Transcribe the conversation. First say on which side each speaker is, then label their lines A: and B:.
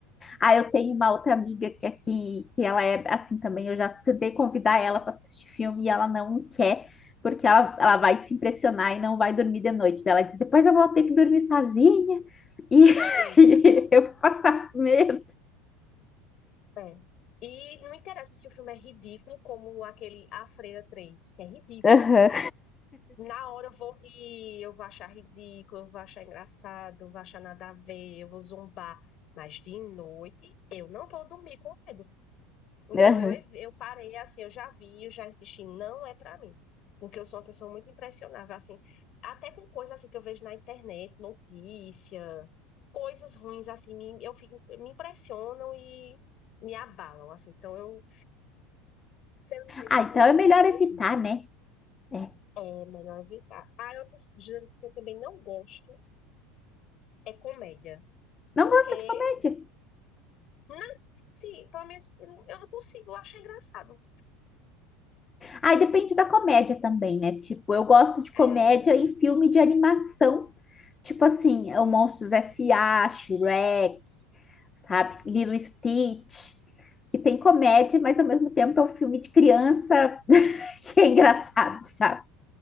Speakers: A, on the left; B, on the left.
A: Ah, eu tenho uma outra amiga que aqui, que ela é assim também. Eu já tentei convidar ela para assistir filme e ela não quer, porque ela, ela vai se impressionar e não vai dormir de noite. Daí Ela diz: depois eu vou ter que dormir sozinha e <laughs>
B: Isso,
A: e eu vou passar medo.
B: é. E não interessa se o filme é ridículo, como aquele A Freira 3, que é ridículo.
A: Aham,
B: Na hora eu vou rir, eu vou achar ridículo, eu vou achar engraçado, eu vou achar nada a ver, eu vou zombar. Mas de noite eu não vou dormir com medo. Então
A: aham.
B: eu, ev- eu parei assim, eu já vi, eu já insisti, não é pra mim. Porque eu sou uma pessoa muito impressionável, assim, até com coisas assim que eu vejo na internet, notícia, coisas ruins assim, me, eu fico, me impressionam e me abalam, assim. Então eu, felizmente,
A: Ah,
B: eu sou
A: então é melhor
B: sensível.
A: evitar, né? É.
B: É melhor evitar. Ah, e outro gênero que eu também não gosto é comédia,
A: Não
B: porque
A: gosta de comédia?
B: não, sim, pelo menos eu não consigo, eu acho engraçado.
A: Ah, e depende da comédia também, né? Tipo, eu gosto de comédia
B: É,
A: em filme de animação, tipo assim, é o Monstros S. S.A., Shrek, sabe? Lilo e Stitch, que tem comédia, mas ao mesmo tempo é um filme de criança <laughs> que é engraçado, sabe?